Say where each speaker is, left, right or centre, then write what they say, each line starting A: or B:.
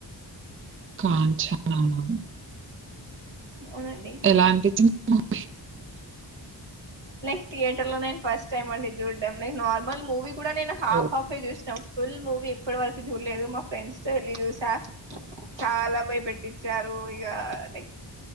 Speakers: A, on the right; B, on the right.
A: కాంచనా అవునువును
B: అవునండి
A: ఎలాంటిది ఓకే
B: లైక్ థియేటర్ లోనే ఫస్ట్ టైమ్ అండి చూడ్డం నేను నార్మల్ మూవీ కూడా నేను హఫ్
A: ఓకే.
B: హఫ్ ఎ చూస్ ఫుల్ మూవీ ఇప్పటి వరకు చూడలేదు మా ఫ్రెండ్స్ తో వెళ్లి చూసా చాలా భయపెట్టిచ్చారు ఇగా లైక్